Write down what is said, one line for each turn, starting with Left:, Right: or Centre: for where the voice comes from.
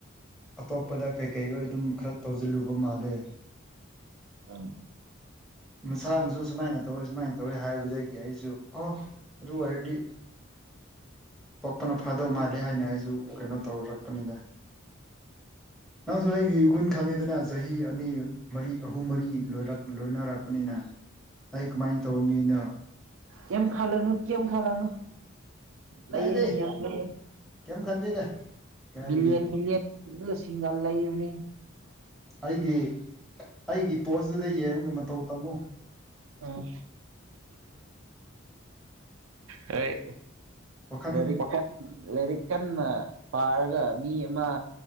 Centre: ꯑꯇꯣꯞꯄꯗ ꯀꯩꯀꯩ ꯑꯣꯏ ꯑꯗꯨꯝ ꯈꯔ ꯇꯧꯁꯤꯜꯂꯨꯕ ꯃꯥꯜꯂꯦ
Right: ꯑꯪ
Centre: ꯃꯁꯥꯅꯁꯨ ꯁꯨꯃꯥꯏꯅ ꯇꯧꯋꯦ ꯁꯨꯃꯥꯏꯅ ꯇꯧꯋꯦ ꯍꯥꯏꯕꯗꯒꯤ ꯑꯩꯁꯨ ꯑꯣ ꯑꯗꯨ ꯑꯣꯏꯔꯗꯤ ꯄꯣꯛꯄꯅ ꯐꯥꯗꯧ ꯃꯥꯜꯂꯦ ꯍꯥꯏꯅ ꯑꯩꯁꯨ ꯀꯩꯅꯣ ꯇꯧꯔꯛꯄꯅꯤꯗ ꯅꯪꯁꯨ ꯑꯩꯒꯤ ꯏꯒꯨꯟ ꯈꯪꯉꯤꯗꯅ ꯆꯍꯤ ꯑꯅꯤ ꯃꯔꯤ ꯑꯍꯨꯝ ꯃꯔꯤ ꯂꯣꯏꯔꯛ ꯂꯣꯏꯅꯔꯛꯄꯅꯤꯅ ꯑꯩ ꯀꯃꯥꯏ ꯇꯧꯕ ꯃꯤꯅꯣ
Right: ꯀꯦꯝ ꯈꯥꯜꯂꯅꯨ ꯀꯝ ꯈꯜꯂꯅꯨ ꯂꯩꯌꯦ
Centre: ꯀꯥꯏꯗꯩ
Right: ꯃꯤꯌꯥꯝ ꯂꯩꯌꯦ
Centre: ꯀꯩꯝ ꯈꯟꯗꯦꯗ ꯀꯥꯏꯗꯤ
Right: ꯃꯤꯂꯤꯌꯟ ꯃꯤꯂꯤꯌꯟ ꯐꯖꯅ ꯁꯤꯡꯅ ꯂꯩꯕꯅꯤ
Centre: ꯑꯩꯒꯤ ꯑꯩꯒꯤ ꯄꯣꯁꯇꯨꯗ ꯌꯦꯡꯒ ꯃꯇꯧ ꯇꯝꯃꯨ
Right: ꯎꯝ ꯍꯣꯏ
Centre: ꯋꯥꯈꯜ
Right: ꯂꯥꯏꯔꯤꯛ ꯂꯥꯏꯔꯤꯛ ꯀꯟꯅ ꯄꯥꯔꯒ ꯃꯤ ꯑꯃ